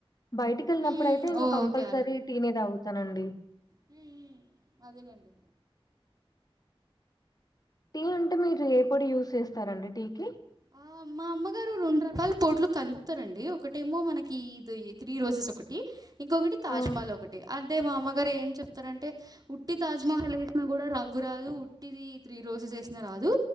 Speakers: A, on the left; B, on the right.
A: బయిటికి వెళ్ళినప్పుడు
B: మ్మ్.
A: అయితే ఇంగా
B: ఓకే
A: కంపల్సరీ టీ నే తగుతానండి
B: ఉ ఉ అదెలేండి
A: టీ అంటే మీరు ఏ పొడి యూజ్ చేస్తారండి టీ కి
B: ఆ మా మా అమ్మగారు రెండు రకాల పొడ్లు కలుపుతారండి ఒకటేమో మనకి ఇది త్రీ రోజెస్ ఒకటి ఇంకొకటి తాజ్మహల్
A: ఆ!
B: ఒకటి అదే మా అమ్మగారు ఏం చెప్ తరంటే ఉట్టి తాజ్మహల్ ఏసినా కూడా రంగు రాదు ఉట్టిది ఈ త్రీ రోజెస్ ఏసిన రాదు